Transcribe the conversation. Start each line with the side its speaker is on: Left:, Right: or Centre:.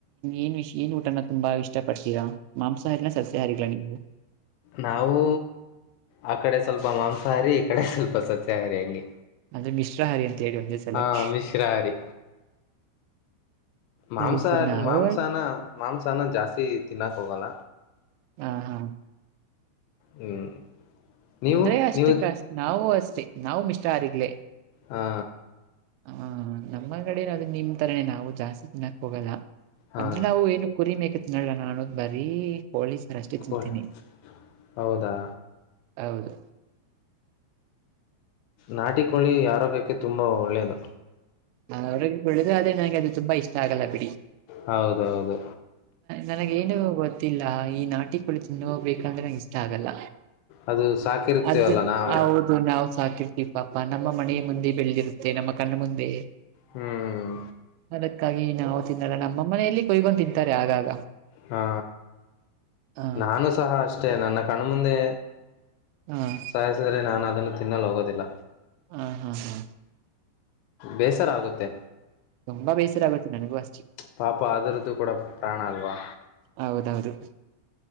Right: ಏನ್ಷ ಏನ್ ಊಟನ ತುಂಬಾ ಇಷ್ಟ ಪಡ್ತೀರಾ ಮಾಂಸಾಹಾರಿನ ಸಸ್ಯ ಹಾರಿನಾ ನೀವು
Left: ನಾವು ಆ ಕಡೆ ಸ್ವಲ್ಪ ಮಾಂಸಾಹಾರಿ ಈ ಕಡೆ ಸ್ವಲ್ಪ ಸಸ್ಯಾಹಾರಿ ಹಂಗೆ
Right: ಅದು ಮಿಶ್ರಾಹಾರಿ ಹೇಳಿ ಒಂದೇ ಸಲಕ್ಕೆ
Left: ಹಾ ಮಿಶ್ರಾಹಾರಿ ಮಾಂಸ
Right: ಸರಿ ಸರ್ ನಾವು
Left: ಮಾಂಸಾನ ಮಾಂಸನ ಜಾಸ್ತಿ ತಿನ್ನಕ್ ಹೋಗಲ್ಲ
Right: ಹಾ ಹಾ
Left: ಹ್ಮ್ ನೀವು
Right: ಅಂದ್ರೆ ಅಷ್ಟು
Left: ನೀವು
Right: ಕಷ್ಟ ನಾವು ಅಷ್ಟೇ ನಾವು ಮಿಷ್ಟ ಆಾರಿಗ್ಲೆ
Left: ಹಾ
Right: ಹ ನಮ್ಮಗಡೆನ ಅದ ನಿಮ್ ತರನನೆ ನಾವು ಜಾಸ್ತಿ ತಿನ್ನಾಕ್ ಹೋಗಲ್ಲ
Left: ಹಾ
Right: ಅಂದ್ರೆ ನಾವು ಏನು ಕುರಿಬೇಕೇಕತ್ನಳ ನಾನದ್ ಬರೀ ಪೊಲೀಸರಷ್ಟೇ
Left: ಕೋಳಿ
Right: ತಿಲ್ಂತೀನಿ
Left: ಹೌದಾ
Right: ಹೌದು
Left: ನಾಟಿ ಕೋಳಿ ಆರೋಗ್ಯಕ್ಕೆ ತುಂಬಾ ಒಳ್ಳೇದು
Right: ಅವ್ರ ಬೆಳಿದ ಆದ್ರೆ ನಂಗೆ ಅದು ತುಂಬಾ ಇಷ್ಟ ಆಗಲ್ಲ ಬಿಡಿ
Left: ಹೌದೌದು
Right: ನನಗ ಏನು ಗೊತ್ತಿಲ್ಲ ಈ ನಾಟಿಗಳು ತಿನ್ೋಗ್ಬೇಕಂದ್ರೆ ನಂಗೆ ಇಷ್ಟ ಆಗಲ್ಲ
Left: ಅದು ಸಾಕಿರ್ತೀವಲ್ಲ
Right: ಅದ
Left: ನಾವೇ
Right: ಹೌದು ನಾವವು್ ಸಾಕ ರ್ತಿೀ ಪಾಪಾ ನಮ್ಮ ಮನ ಮುಂದೆ ಬೆಳೆದಿರುತ್ತೆ ನಮ್ಮ ಕಣ್ಣ ಮುಂದೆ
Left: ಹ್ಮ್
Right: ಅದಕ್ಕಾಗಿ ನಾವು ತಿನ್ನಲ್ಲ ನಮ್ಮ ಮನೆಯಲ್ಲಿ ಕೊಯ್ಕೊಂಡ ತಿಂತಾರೆ ಆಗಾಗ
Left: ಹಾ
Right: ಹ
Left: ನಾನು ಸಹ ಅಷ್ಟೆ ನನ್ನ ಕಣ ಮುುಂದೆ
Right: ಹ
Left: ಸಾಯಿಸಿದ್ರರೆೆ ನಾನು ಅದನ್ನು ತಿನ್ನಲು ಹೋಗೋದಿಲ್ಲ
Right: ಹಾ ಹಾ ಹಾ
Left: ಬೇಸರ ಆಗುತ್ತೆ
Right: ತುಂಬಾ ಬೇಸರ ಆಗುತ್ತೆ ನನಗೂ ಅ
Left: ಪಾಪ ಅದರದ್ದು ಕೂಡ ಪ್ರಾಣ ಅಲ್ವಾ
Right: ಹೌದೌದು